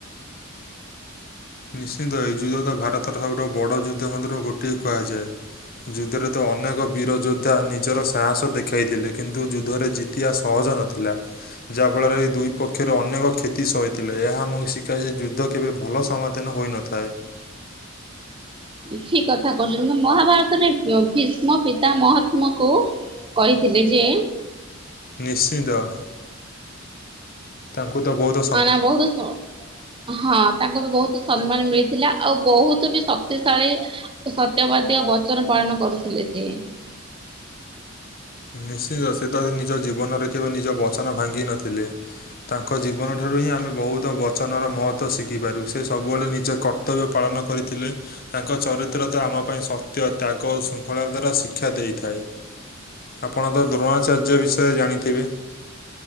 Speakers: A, on the left (about 45°); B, on the right (about 25°).
A: ନିଶ୍ଚିନ୍ତ ଏହି ଯୁଦ୍ଧ ତ ଭାରତର ସବୁଠୁ ବଡ଼ ଯୁଦ୍ଧ ମଧ୍ୟରୁ ଗୋଟିଏ କୁହାଯାଏ। ଯୁଦ୍ଧରେ ତ ଅନେକ ବୀରଯୋଦ୍ଧା ନିଜର ସାହସ ଦେଖାଇଥିଲେ କିନ୍ତୁ ଯୁଦ୍ଧରେ ଯି ତିଆ ସହଜ ନଥିଲା। ଯାହାଫଳରେ ଦୁଇ ପକ୍ଷରେ ଅନେକ କ୍ଷତି ସହିଥିଲେ ଏହା ଆମକୁ ଶିଖାଏ ଯେ ଯୁଦ୍ଧ କେବେ ଭଲ ସମାଧାନ ହୋଇନଥାଏ।
B: ଠିକ କଥା କହୁଛନ୍ତି ମହାଭାରତରେ ଭୀଷ୍ମ ପିତା ମହାତ୍ମା କୁ କହିଥିଲେ ଯେ
A: ନିଶ୍ଚିନ୍ତ। ତାଙ୍କୁ ତ ବୌଧ
B: ହ ନା ବହୁତ ଶ ହଁ ତାଙ୍କୁ ବି ବହୁତ ସମ୍ମାନ ମିଳିଥିଲା ଆଉ ବହୁତ ବି ଶକ୍ତିଶାଳୀ ସତ୍ୟବାଦୀ ଆଉ ବଚନ ପାଳନ କରୁଥିଲେ ଜେ
A: ନିଶ୍ଚିନ୍ତ ସେ ତ ନିଜ ଜୀବନରେ କେବେ ନିଜ ବଚନ ଭାଙ୍ଗିନଥିଲେ। ତାଙ୍କ ଜୀବନଠାରୁ ହିଁ ଆମେ ବହୁତ ବଚନର ମହତ୍ତ୍ଵ ଶିଖିପାରୁ ସେ ସବୁବେଳେ ନିଜ କ କର୍ତ୍ତବ୍ୟ ପାଳନ କରିଥିଲେ। ତାଙ୍କ ଚରିତ୍ର ତ ଆମ ପାଇଁ ସତ୍ୟ, ତ୍ୟାଗ, ଶୃଙ୍ଖଳତାର ଶିକ୍ଷା ଦେଇଥାଏ। ଆପଣ ତ ଦ୍ରୋଣାଚାର୍ଯ୍ୟ ବିଷୟରେ ଜାଣିଥିବେ?